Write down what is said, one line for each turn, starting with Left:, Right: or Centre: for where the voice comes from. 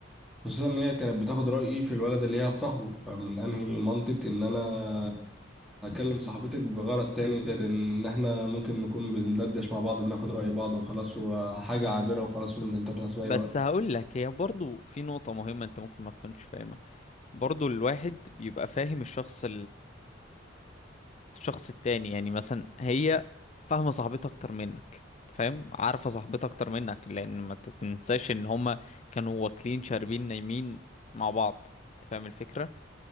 Centre: خصوصا ان هي كانت بتاخد رايي في الولد اللي هي هتصاحبه فمن انهي منطق ان انا هكلم صاحبتك بغرض تاني غير ان احنا ممكن نكون بندردش مع بعض بناخد رأي بعض وخلاص وحاجة عابرة وخلاص وممكن تخلص
Left: بس
Centre: في اي وقت
Left: هقول لك هي برضو في نقطة مهمة انت ممكن ما تكونش فاهمها برضو الواحد بيبقى فاهم الشخص الشخص التاني يعني مثلا هي فاهمة صاحبتها أكتر منك أنت فاهم عارفة صاحبتها أكتر منك لأن ما تنساش إن هما كانوا واكلين شاربين نايمين مع بعض أنت فاهم الفكرة